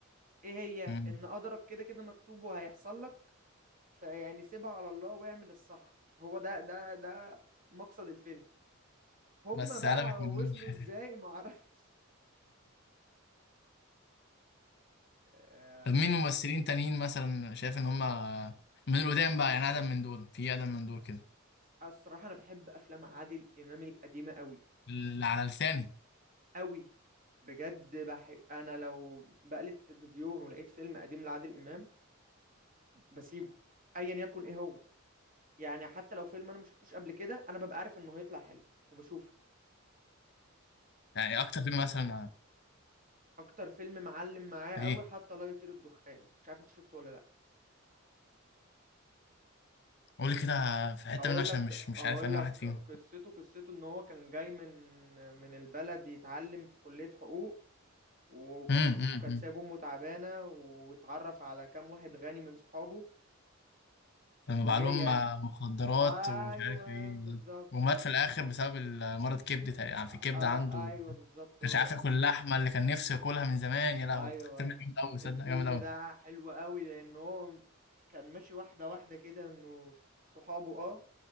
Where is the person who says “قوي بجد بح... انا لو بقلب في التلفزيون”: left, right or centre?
Right